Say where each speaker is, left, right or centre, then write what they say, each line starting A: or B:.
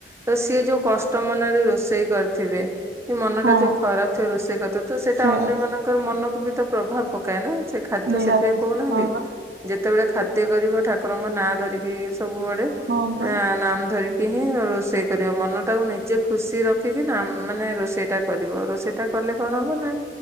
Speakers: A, on the right; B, on the right.
A: ତ ସିଏ ଯୋଉ କଷ୍ଟ ମନରେ ରୋଷେଇ କରିଥିବେ କି ମନଟା
B: ହଁ
A: ଯୋଉ ଖରାପ ଥିବ ରୋଷେଇ କରିଦୋଉଥିବ ସେଇଟା
B: ସେଇଆ
A: ଅନ୍ୟ
B: ପା
A: ମାନଙ୍କର ମନ ବି ତ ପ୍ରଭାବ ପକାଏ ନା। ସେ ଖାଦ୍ୟ
B: ନିହାତି
A: ସେଥିପାଇଁ କହୁନାହାନ୍ତି
B: ହଁ
A: ଯେ
B: ବା।
A: ଯେତେବେଳେ ଖାଦ୍ୟ କରିବ ଠାକୁରଙ୍କ ନାଁ ଧରିକି ସବୁବେଳେ
B: ହଁ ପରା
A: ନାମ ଧରି ଏହିଁନ ରୋଷେଇ କରିବ ମନଟାକୁ ନିଜେ ଖୁସି ରେ ର ରଖିକି ନା ମାନେ ରୋଷେଇ ଟା କରିବ ରୋଷେଇଟା କଲେ କଣ ମହବ ନା